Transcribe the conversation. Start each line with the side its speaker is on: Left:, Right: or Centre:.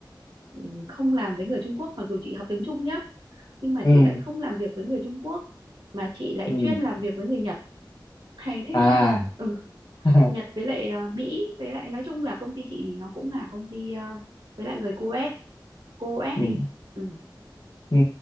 Right: ừ, không làm với người Trung Quốc mặc dù chị học tiếng Trung nhá nhưng mà
Left: ừ
Right: chị lại không làm việc với người Trung Quốc mà chị lại
Left: ừ
Right: chuyên làm việc với người Nhật hay thế
Left: à
Right: chứ ừ
Left: <laughs>
Right: Nhật với lại à, Mỹ với lại nói chung là công ty chị thì nó cũng là công ty à, với lại người Coes Coes
Left: ừ.
Right: ấy ừ.
Left: Ừ.